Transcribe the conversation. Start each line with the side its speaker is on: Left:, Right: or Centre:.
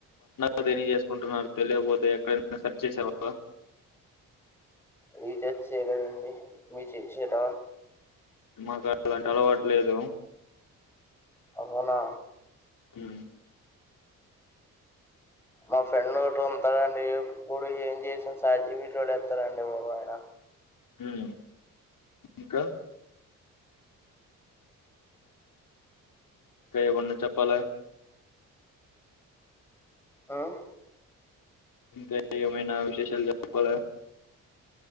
Left: అదేని చేసుకుంటున్నారు తెలియకపోతే ఎక్కడయినా సెర్చ్ చేసావా
Centre: రీచార్జ్ చేయలేదండి మీ చేచార
Left: మాకు అలాంటి అలవాటులేదు
Centre: అవునా
Left: మ్మ్
Centre: మా ఫ్రెండ్ ఒకటి ఉతారండి ఇప్పుడు ఏం చేసాం సాజీవి ఎత్తరండి ఆయన
Left: మ్మ్ ఇంకా కయ ఉన్న చెప్పాలి
Centre: మ్మ్
Left: ఇంకా ఏమైనా విశేషాలు చెప్పాలి